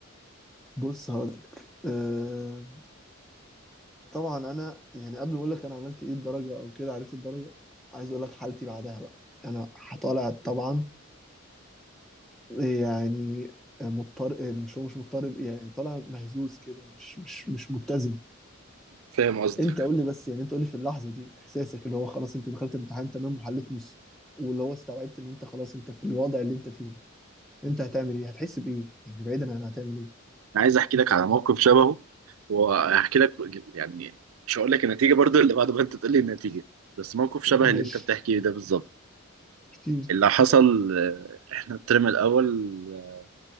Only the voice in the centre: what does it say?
بص هقول لك آه، طبعا انا يعني قبل ما اقول لك انا عملت ايه الدرجه او كده عرفت الدرجه عايز اقول لك حالتي بعدها بقى انا طالع طبعا يعني مضطرب مش هو مش مضطرب يعني طالع مهزوز كده مش مش مش متزن
انت قول لي بس يعني انت قول لي في اللحظه دي احساسك اللي هو خلاص انت دخلت الامتحان تمام وحليت نص واللي هو استوعبت ان انت خلاص انت في الوضع اللي انت فيه ده انت هتعمل ايه هتحس بايه يعني بعيدا عن هتعمل ايه
<laughs> ماشي
اكيد